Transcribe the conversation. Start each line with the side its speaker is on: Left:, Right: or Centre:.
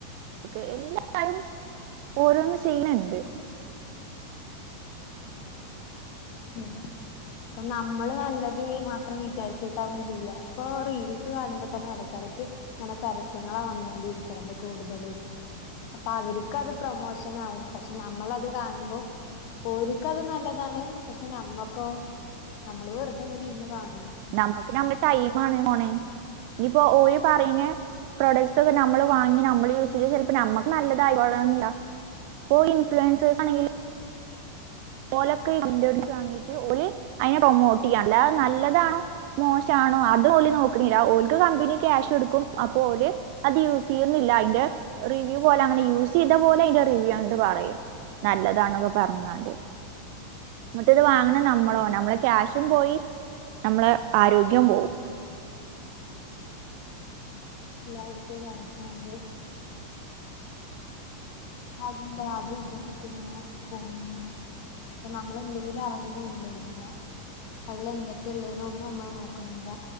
Right: ഏഹ്എല്ലാരും ഓരോന്ന് ചെയ്യണുണ്ട്.
Left: ആഹ്. <unintelligible> അപ്പ നമ്മള് നല്ലത് മാത്രം വിചാരിച്ചിട്ടാവും ചെയ്യുക ഇപ്പൊ റീൽസ് കാണുമ്പോ തന്നെ ഇടയ്ക്കിടക്ക്. ഇങ്ങനെ പരസ്യങ്ങളെ വന്നുകൊണ്ടിരിക്കണത് കൂടുതലും. അപ്പൊ അവർക്ക് അത് പ്രൊമോഷൻ ആവും പക്ഷെ നമ്മളത് കാണുമ്പോ. ഒരുക്കത് നല്ലതാണ് പക്ഷെ നമ്മക്കോ നമ്മള് വെറുതെ ഇങ്ങനെ ഇരുന്ന് കാണണു.
Right: നമ്മുക്ക് നമ്മള് ടൈമ് ആണ് പോണേ ഇനിയിപ്പോ ഓര് പറയുന്ന പ്രൊഡക്ട്സ് ഒക്കെ നമ്മള്. വാങ്ങി നമ്മള് യൂസ് ചെയതാ ചിലപ്പം നമുക്ക് നല്ലതായി കൊള്ളണമെന്നില്ല ഓര് ഇൻഫ്ളുവേഴ്സേസ് ആണെങ്കില് ലൊക്കെ വിൻഡോസ് വാങ്ങീട്ട് ഓലെ അതിനെ പ്രൊമോട്ട് ചെയ്യാണ് അത് നല്ലതാണോ. മോശമാണോ അത് ഓല് നോക്കണില്ല ഓല്ക്ക് കമ്പനി ക്യാഷ് കൊടുക്കും അപ്പൊ ഓല്. അത് യൂസ് ചെയ്യുന്നില്ല അതിന്റെ റിവ്യൂ പോലെ അങ്ങനെ യൂസ് ചെയ്ത പോലെ അതിന്റെ റിവ്യൂ അങ്ങോട്ട് പറയും. നല്ലതാണ് എന്നൊക്കെ പറഞ്ഞു ങ്ങാണ്ട്. എന്നിട്ട് ഇത് വാങ്ങണ നമ്മളോ നമ്മളെ ക്യാഷും പോയി നമ്മളെ ആരോഗ്യം പോവും.
Left: <unintelligible> എല്ലാവിടത്തെ കണക്കുണ്ട്. അത് നമ്മള് അത് ഉപയോഗിക്കുന്നു പോകുന്നു. അപ്പൊ നമ്മള് എന്തെങ്കിലും അറിയുന്നുണ്ടോ ഇല്ല. അതില് എന്തൊക്കെയുള്ളത് ഒന്നും നമ്മള് നോക്കണില്ല